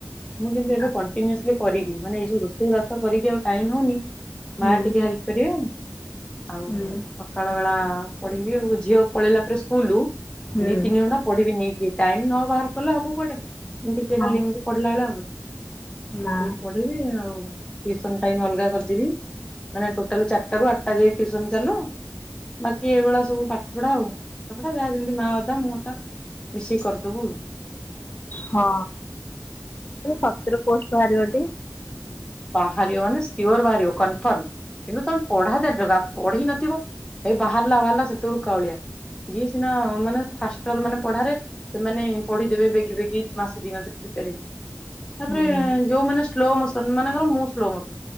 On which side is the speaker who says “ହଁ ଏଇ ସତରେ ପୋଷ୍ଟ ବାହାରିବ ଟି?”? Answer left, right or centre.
Left